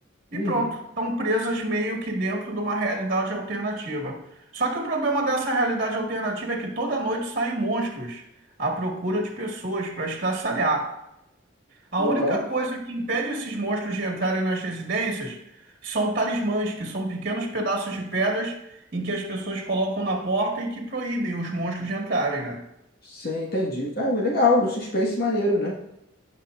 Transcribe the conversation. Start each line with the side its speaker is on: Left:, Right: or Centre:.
Right: e
Left: Uhum.
Right: pronto, estão presas meio que dentro de uma realidade alternativa. Só que o problema dessa realidade alternativa é que toda noite saem monstros à procura de pessoas para estraçalhar. A
Left: Aham.
Right: única coisa que impede esses monstros de entrarem nas residências são talismãs, que são pequenos pedaços de pedras em que as pessoas colocam na porta e que proíbem os monstros de entrarem, né?
Left: Sim, entendi. Cara, legal, um suspense maneiro, né?